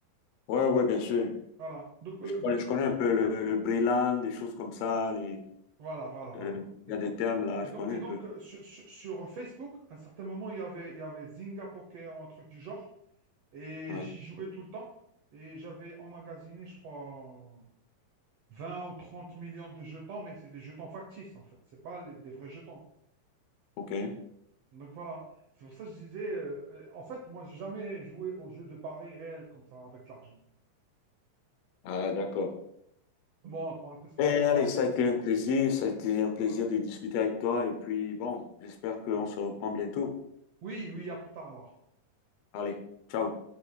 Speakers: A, on the left; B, on the right.
A: Ouais, ouais, bien sûr.
B: Voilà. Donc,
A: Je
B: euh, donc,
A: connais, je connais
B: euh,
A: un peu le, le Breland, des choses comme ça. les-
B: voilà, voilà, voilà,
A: euh,
B: voilà.
A: Il
B: C'est
A: y a
B: tout.
A: des termes là,
B: Et
A: je
B: donc,
A: connais
B: et donc,
A: un peu.
B: euh, sur, sur- sur Facebook, à un certain moment, il y avait, il y avait Zynga Poker ou un truc du genre. Et
A: Ouais,
B: j'y jouais tout le temps. Et j'avais emmagasiné, je crois, 20 ou 30 millions de jetons, mais c'est des jetons factices, en fait. C'est pas les- des vrais jetons.
A: ok.
B: Donc voilà. C'est pour ça que je disais, euh, euh, en fait, moi, j'ai jamais joué aux jeux de paris réels comme ça, avec de l'argent.
A: Ah, d'accord.
B: Bon, en parenthèse, faut
A: Eh,
B: savoir.
A: allez, ça a été un plaisir. Ça a été
B: Ok,
A: un plaisir
B: ça marche.
A: de discuter avec toi. Et puis, bon, j'espère qu'on
B: Ok.
A: se reprend bientôt.
B: Oui, oui, à plus tard alors.
A: Allez, ciao.